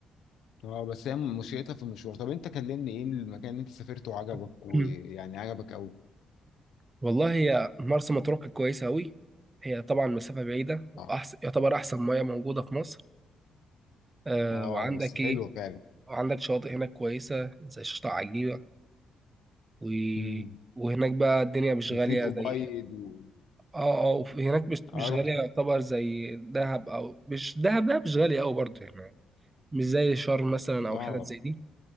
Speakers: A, on the left; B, on the right.
A: اه بس هي مشكلتها في المشوار طب انت كلمني ايه المكان اللي انت سافرته وعجبك
B: <clears throat>
A: ويعني عجبك أوي
B: والله هي مرسى مطروح كانت كويسة أوي هي طبعا مسافة بعيدة وأحسن
A: اه
B: يعتبر أحسن مياه موجودة في مصر أه
A: اه
B: وعندك
A: بس حلوة
B: إيه
A: فعلا
B: وعندك شواطئ هناك كويسة زي شاطئ عجيبة و...
A: امم
B: وهناك بقى الدنيا مش
A: وفي
B: غالية
A: الأبيض
B: زي
A: و...
B: اه اه وفي- هناك مش مش
A: اه رحت
B: غالية يعتبر زي دهب أو مش دهب دهب مش غالية أوي برضه يعني مش زي شرم مثلا أو
A: اه
B: حتت زي دي